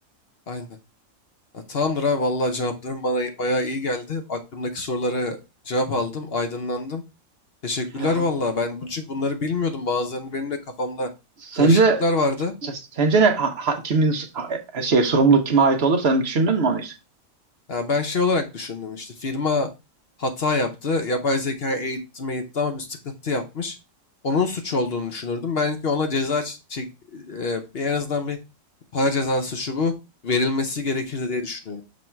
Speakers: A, on the left; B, on the right.
A: Aynen. Ha, tamamdır abi. Vallahi cevapların bana bayağı iyi geldi. Aklımdaki soruları cevap aldım. Aydınlandım. Teşekkürler
B: Ya.
A: valla. Ben bu- çünkü bunları bilmiyordum. Bazılarını benim de kafamda
B: Sence
A: karışıklıklar vardı.
B: Sence ne ha- ha- kimin ha- şey sorumluluk kime ait olur? Sen düşündün mü onu hiç?
A: Ya ben şey olarak düşündüm işte firma hata yaptı. Yapay zekaya eğitti meğitti ama bir sıkıntı yapmış. Onun suç olduğunu düşünürdüm. Belki ona ceza ç- çek, e, bir en azından bir para cezası şu bu verilmesi gerekirdi diye düşünüyorum.